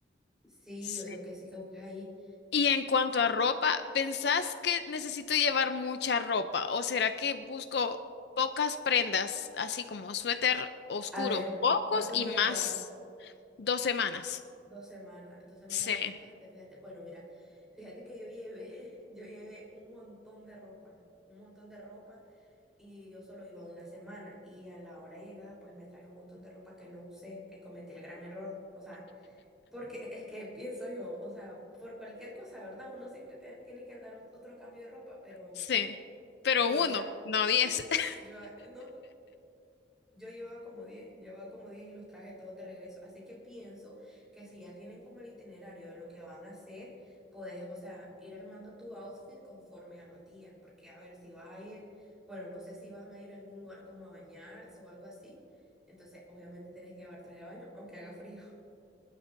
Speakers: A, in the centre; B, on the left.
A: Sí,
B: sí.
A: yo digo que sí que busques ahí.
B: Y en cuanto a ropa, ¿pensás que necesito
A: <laughs>
B: llevar mucha ropa o será que busco pocas prendas, así como suéter oscuro,
A: A ver,
B: pocos
A: ¿cuántos
B: y
A: días
B: más
A: vas?
B: dos semanas?
A: Dos semanas, dos semanas
B: Sí,
A: es bastante, fíjate. Bueno, mira, fíjate que yo llevé, <laughs> yo llevé un montón de ropa, un montón de ropa y yo solo iba una semana y a la hora llegada pues me traje un montón de ropa que no usé, que cometí el gran error, o sea, porque <laughs> es que pienso yo, o sea, por cualquier cosa, ¿verdad? Uno siempre te- tiene que andar ot- otro cambio de ropa, pero,
B: sí. Pero
A: pero
B: uno,
A: allá
B: no
A: sí,
B: diez. <laughs>
A: <laughs> yo no. Yo llevaba como 10, llevaba como 10 y los traje todos de regreso. Así que pienso que si ya tienen como el itinerario de lo que van a hacer, puedes, o sea, ir armando tu outfit conforme a los días. Porque, a ver, si vas a ir, bueno, no sé si van a ir a algún lugar como a bañarse o algo así. Entonces, obviamente tienes que llevar traje de baño, aunque haga frío.